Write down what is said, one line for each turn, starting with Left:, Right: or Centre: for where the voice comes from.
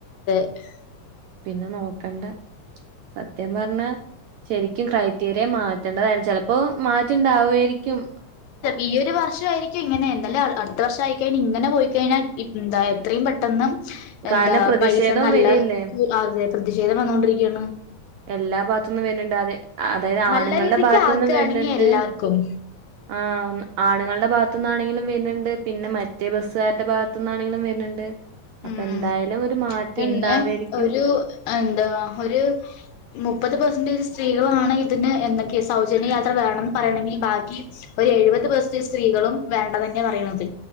Left: <unintelligible>
Right: പിന്നെ നോക്കണ്ട സത്യം പറഞ്ഞ ശരിക്കും ക്രൈറ്റീരിയ മാറ്റേണ്ടതായിരുന്നു ചിലപ്പോ മാറ്റുണ്ടാവുകായിരിക്കും.
Left: ഈ ഒരു വർഷമായിരിക്കും. ഇങ്ങനെല്ല അടുത്ത വർഷം ആയിക്കഴിഞ്ഞ ഇങ്ങനെ പോയിക്കഴിഞ്ഞാൽ എന്താ എത്രയും പെട്ടന്ന് എന്താ
Right: കാരണം പ്രതിഷേധം
Left: പൈസ നല്ല
Right: വരല്ലേ.
Left: അതെ പ്രതിഷേധം വന്നൊണ്ടിരിക്കയാണ്.
Right: എല്ലാ ഭാഗത്തൊന്നും വരുന്നുണ്ട് അത അതായത് ആണുങ്ങളുടെ
Left: നല്ല രീതിക്ക്
Right: ഭാഗത്തൊന്നും
Left: ആക്കുകയാണെങ്കിൽ
Right: വരുന്നുണ്ട്
Left: എല്ലാവർക്കും
Right: ആ ആണുുകളുടെ ഭാഗത്തുനിന്നാണെങ്കിലും വരുന്നുണ്ട് പിന്നെ മറ്റേ ബസ്സുകാരുടെ ഭാഗത്തു നിന്നാണെങ്കിലും വരുന്നുണ്ട്. അപ്പൊ
Left: മ്
Right: എന്തായാലും ഒരു മാറ്റം
Left: പിന്നെ
Right: ഉണ്ടാവായിരിക്കും.
Left: ഒരു എന്താ ഒരു മുപ്പത് പെർസെന്റേജ് സ്ത്രീകളാണ് ഇതിന് എന്തൊക്കെ സൗജന്യ യാത്ര വേണംന്ന് പറയണെങ്കിൽ ബാക്കി ഒരു എഴുപത് പെർസന് സ്ത്രീകളും വേണ്ടതന്നെ പറയുന്നത്.